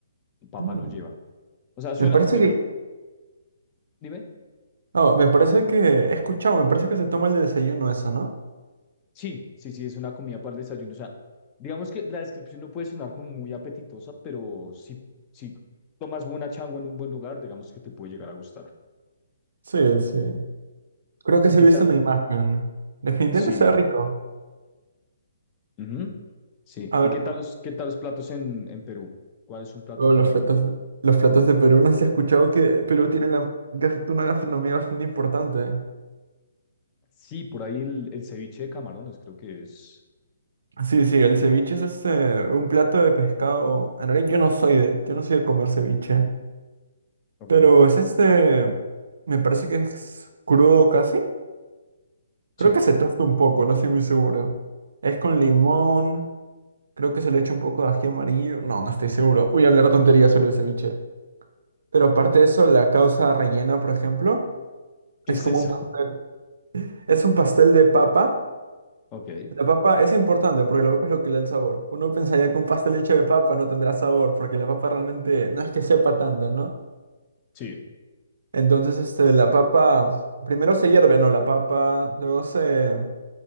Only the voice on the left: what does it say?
papa
no lleva. O sea, suena,
yo
creo, dime,
sí, sí, sí, es una comida para el desayuno. O sea, digamos que la descripción no puede sonar como muy apetitosa, pero si, si tomas buena changua en un buen lugar, digamos que te puede llegar a gustar.
¿Y
qué
tal?
Sí,
ujú, sí.
¿Y
qué tal
los, qué tal los platos en, en Perú? ¿Cuál es un plato
típico?
Sí, por ahí el, el ceviche de camarones, creo que es.
Ok,
sí.
¿Qué
es
eso?
<laughs>
Ok.
Sí,